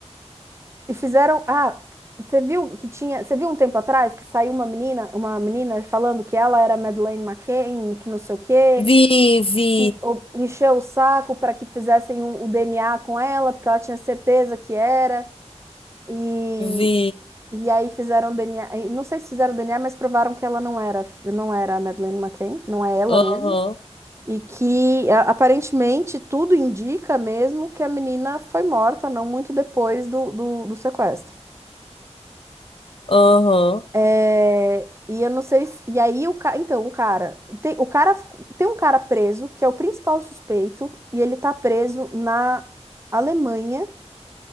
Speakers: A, on the right; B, on the left.
A: E fizeram. Ah, você viu que tinha. Você viu um tempo atrás que saiu uma menina, uma menina falando que ela era Madeleine McCann, que não sei o quê,
B: Vi, vi,
A: e o- encheu o saco para que fizessem o, o DNA com ela, porque ela tinha certeza que era. E,
B: vi.
A: e aí fizeram DNA. e Não sei se fizeram DNA, mas provaram que ela não era, não era a Madeleine McCann, não é ela
B: Aham,
A: mesmo. E que a- aparentemente tudo indica mesmo que a menina foi morta não muito depois do, do do sequestro.
B: aham,
A: É, e eu não sei se, e aí o cara, então o cara, tem, o cara tem um cara preso que é o principal suspeito e ele tá preso na Alemanha